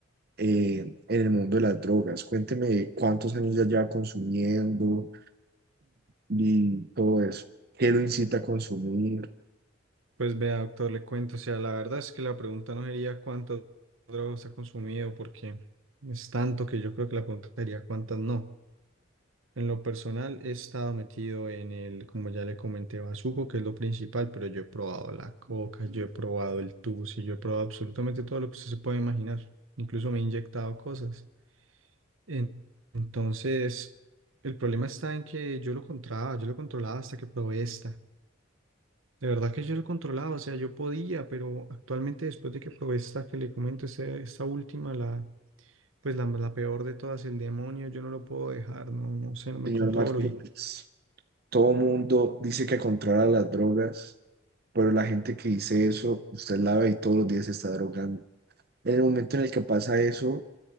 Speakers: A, on the right; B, on the right.
A: eh, en el mundo de las drogas? Cuénteme cuántos años ya lleva consumiendo y todo eso. ¿Qué lo incita a consumir,
B: Pues vea, doctor, le cuento, o sea, la verdad es que la pregunta no sería cuántas drogas ha consumido, porque es tanto que yo creo que la pregunta sería cuántas no. En lo personal he estado metido en el, como ya le comenté, bazuco, que es lo principal, pero yo he probado la coca, yo he probado el tusi, yo he probado absolutamente todo lo que usted se puede imaginar. Incluso me he inyectado cosas. En- Entonces, el problema está en que yo lo controlaba, yo lo controlaba hasta que probé esta. De verdad que yo lo controlaba, o sea, yo podía, pero actualmente después de que probé esta que le comento, esta, esta última, la, pues la, la peor de todas, el demonio, yo no lo puedo dejar, no, no sé, no me
A: señor
B: controlo
A: Martínez? Todo mundo dice que controla las drogas, pero la gente que dice eso, usted la ve y todos los días se está drogando. En el momento en el que pasa eso,